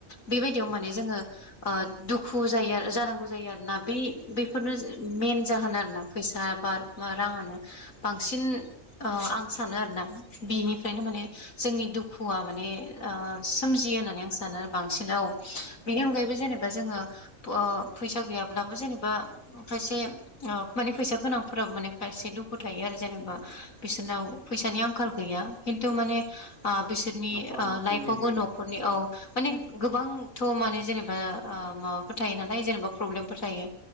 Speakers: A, on the left; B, on the right.
A: बेबायदियाव
B: औ
A: माने
B: नंगौ
A: जोंङो दुखु जायो जानांगौ जायो आरोना बे बेफोरनो मेन जाहोन आरोना फैसा बाद राङानो बांसिन आं सानो आरो ना बिनिफ्रायनो माने जोंनि दुखुआ माने ओ सोमजियो होननानै आं सानो आरो बांसिन औ बिनि अनगायैबो जेनेबा बा जोङो ओ फैसा गैयाब्लाबो जेनेबा खायसे माने फैसा गोनांफोराव माने खायसे दुखु थायो आरो जेनेबा बिसोरनाव फैसानि आंखाल गैया खिन्थु माने बिसोर
B: न'खरनि
A: लाइफआवबो
B: फेमिलिनि
A: न'खरनि औ माने गोबांथ' माने जेनेबा ओ माबाफोर थायो नालाय जेनेबा प्रब्लेमफोर थायो।